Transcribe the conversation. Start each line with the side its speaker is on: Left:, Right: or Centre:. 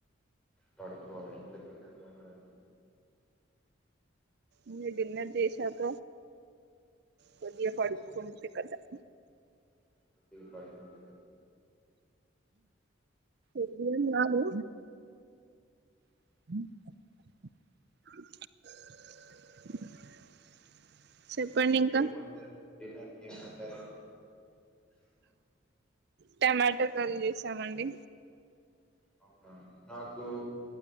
Centre: పడుకోవాలి ఇంట్లో గిన్నెలు తోమరండి
Right: ఇ డిన్నర్ చేశాక కొద్దిగా
Centre: గిన్నెలు
Right: కడుకుంటె
Centre: చేసి
Right: కతం
Centre: <inaudible>
Right: అట్లేమ్ కాదు <unintelligible> <unintelligible> ఇంకా
Centre: ఏం వండుతారండి డిన్నర్ కి ఏం వండారు
Right: టమాటో కర్రీ చేసామండి
Centre: అవునా నాకు